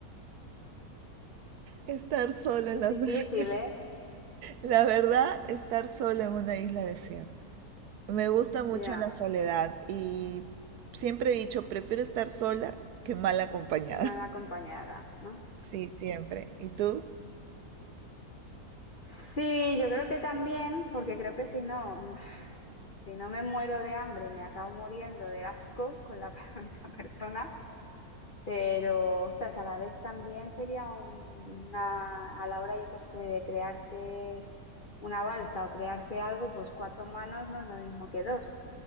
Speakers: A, on the right (about 80°); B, on the left (about 35°).
A: Estar solo en
B: Es
A: la...
B: difícil,
A: <laughs>
B: ¿eh?
A: La verdad, estar solo en una isla desierta. Me gusta mucho
B: Ya,
A: la soledad y siempre he dicho, prefiero estar sola que mal acompañada.
B: qué mal acompañada,
A: <laughs>
B: ¿no?
A: Sí, siempre. ¿Y tú?
B: Sí, yo creo que también, porque creo que si no, mm, si no me muero de hambre, me acabo muriendo del asco con la, <laughs> con esa persona. Pero, ostras, a la vez también sería una, a la hora, yo qué sé, de crearse una balsa o crearse algo, pues cuatro manos no es lo mismo que dos.